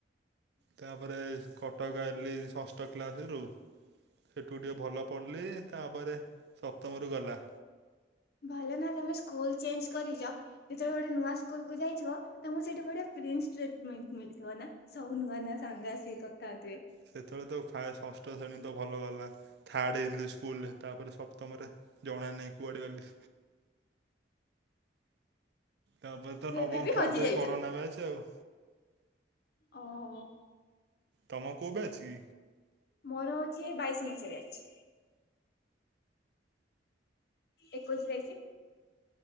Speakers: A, on the right (about 65°); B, on the left (about 60°).
A: ତାପରେ କଟକ ଆଇଲି ଷଷ୍ଠ କ୍ଲାସରୁ ସେଠୁ ଟିକେ ଭଲ ପଢିଲି ତାପରେ ସପ୍ତମରୁ ଗଲା।
B: ଭଲ ନା ତମେ ସ୍କୁଲ ଚେଞ୍ଜ କରିଚ ଯେତେବେଳେ ଗୋଟେ ନୂଆ ସ୍କୁଲକୁ ଯାଇଥିବ ତମକୁ ସେଠ ପ୍ରିନ୍ସଷ୍ଟେଟ ମିଳିଥିବନା? ସବୁ ନୂଆ ନୂଆ ସାଙ୍ଗ ଆସିକ କଥା ହଉଥିବେ।
A: ସେତେବେଳେତ ଫାଷ୍ଟ ଷଷ୍ଠ ଶ୍ରେଣୀତ ଭଲଗଲା। ଥାର୍ଡ ହେଇଥିଲି ସ୍କୁଲରେ ତାପରେ ସପ୍ତମରେ ଜଣା ନାଇଁ କୁଆଡେ ଗଲି। ତାପରେତ
B: ତ
A: ନବମ
B: ଏବେ ବି
A: କ୍ଲାସରେ
B: ହଜି ଯାଇଛ
A: କରୋନା ବ୍ୟାଚ ଆଉ।
B: ଓହୋ
A: ତମ କଉଁ ବ୍ୟାଚକି?
B: ମୋର ହଉଛି ବାଇଶି ମସିହା ବ୍ୟାଚ ଏକୋଇଶି ବାଇଶି।